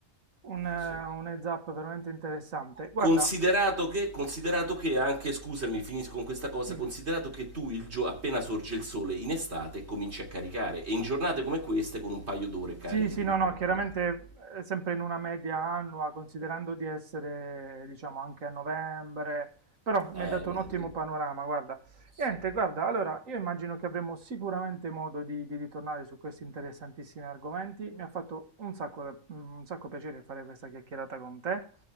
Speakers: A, on the right; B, on the right.
A: un, eh,
B: sì.
A: un heads up veramente interessante. Guarda,
B: Considerato che, considerato che anche, scusami, finisco con questa cosa,
A: dimmi.
B: considerato che tu il gio- appena sorge il sole in estate cominci a caricare e in giornate come queste con un paio d'ore carichi
A: Sì, sì,
B: tutto.
A: no, no,
B: perché-
A: chiaramente eh, sempre in una media annua, considerando di essere, diciamo, anche a novembre, però mi
B: Eh,
A: ha dato un ottimo
B: lì.
A: panorama, guarda.
B: Sì.
A: Niente, guarda, allora io immagino che avremo sicuramente modo di, di ritornare su questi interessantissimi argomenti. Mi ha fatto un sacco, da- mm, un sacco piacere fare questa chiacchierata con te